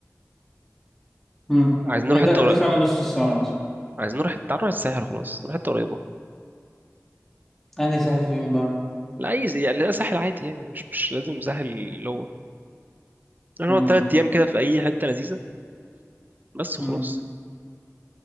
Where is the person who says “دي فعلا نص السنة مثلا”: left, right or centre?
Centre